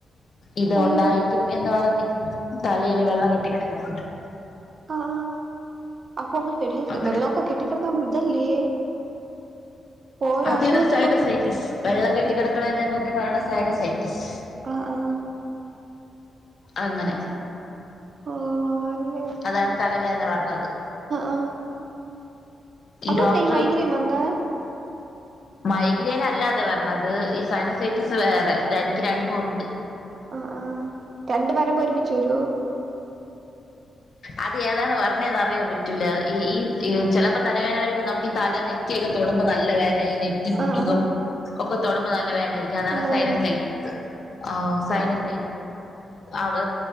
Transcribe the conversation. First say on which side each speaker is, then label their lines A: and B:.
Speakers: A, on the left (about 55°); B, on the right (about 50°).
A: ഇത്
B: അയ്യോ
A: ഒണ്ടായി ക്കിം എന്ന് പറഞ്ഞ് തലയില് വെള്ളം കെട്ടികിടക്കാന്ന് പറഞ്ഞിട്ട്
B: ആഹ് അപ്പൊ <unintelligible>
A: അങ്ങനെ
B: വെള്ളക്കെ കെട്ടി <unintelligible> ഇതല്ലേ ഓരോ
A: അതൊരു
B: അസുഖത്തി
A: സൈനസൈറ്റിസ്
B: കൊണ്ട് വിടും
A: വെള്ളം കെട്ടികിടക്കണതിനെ പറയണ സയനസൈറ്റിസ്
B: ആഹ് ആഹ്
A: അങ്ങനെ
B: ഓ അല്ലെ
A: അതാണ് തലവേദന വരണത്
B: ആഹ്
A: ഈ
B: അതുകൊണ്ടാ
A: ഡോക്ടറ്
B: മൈഗ്രേൻ വന്നേ
A: മൈഗ്രെൻ അല്ലാതെ വരണത് ഇത് ഈ സൈനസൈറ്റിസ് വേറെ എനിക്ക് രണ്ടും ഉണ്ട്
B: ആഹ് ആഹ് രണ്ടും വരുമ്പോ ഒരുമിച്ചു വരോ
A: അത് ഏതാണ് വരണേന്ന് അറിയാൻ പറ്റൂല ഈ ചിലപ്പോ തലവേദന വരുമ്പോ നമ്മുക്ക് ഈ തല നെ നെറ്റിയൊക്കെ തൊടുമ്പോ നല്ല വേദനായി നെറ്റി പുരികം
B: ആഹ് ആഹ്
A: ഒക്കെ തൊടുമ്പോ നല്ല വേദനയായിരിക്കും അതാണ്
B: നല്ല
A: സൈന
B: വേദനയൊക്കെ
A: സൈറ്റിസ് ആഹ് സൈന സൈ അത്